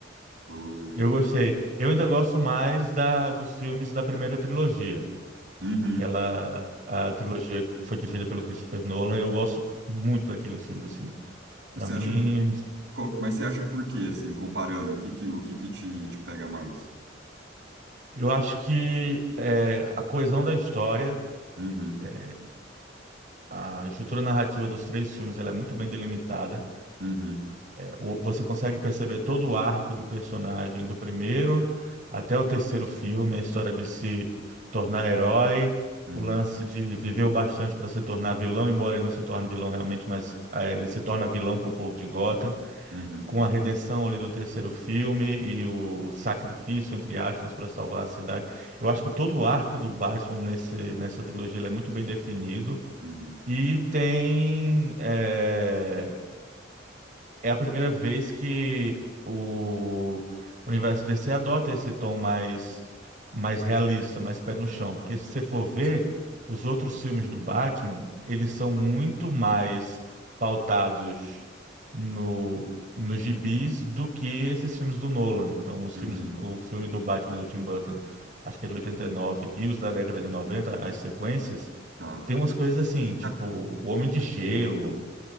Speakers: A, on the right; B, on the right.
A: Colou bem.
B: Eu gostei. Eu ainda gosto mais da dos filmes da primeira trilogia,
A: Uhum.
B: aquela a trilogia que foi dirigida pelo Christopher Nolan. Eu gosto muito daqueles filmes assim.
A: Você
B: Para mim,
A: acha. Qual- mas você acha por quê, assim, comparando, o que que, o que que te, te pega mais?
B: eu acho que é, a coesão da história,
A: Uhum,
B: é, a estrutura narrativa dos três filmes, ela é muito bem delimitada.
A: uhum,
B: o- você consegue perceber todo o arco do personagem do primeiro até o terceiro filme, a história de se tornar herói,
A: uhum,
B: o lance de viver o bastante para se tornar vilão, embora ele não se torne vilão realmente, mas eh, ele se torna vilão para o povo de Gotham,
A: uhum,
B: com a redenção ali do terceiro filme e o sacrifício, entre aspas, para salvar a cidade. Eu acho que todo o arco do Batman nesse, nessa trilogia ele é muito bem definido.
A: uhum,
B: E tem é, é a primeira vez que o universo DC adota esse tom mais, mais realista, mais pé no chão. Porque se você for ver,
A: sim,
B: os outros filmes do Batman, eles são muito mais pautados no, nos gibis do que esses filmes do Nolan. Então, os
A: uhum,
B: filmes, do- o filme do Batman do Tim Burton, acho que é de oitenta e nove, e os da década de 90, as sequências,
A: tá.
B: tem umas coisas assim, tipo
A: Ca-
B: O Homem de Gelo,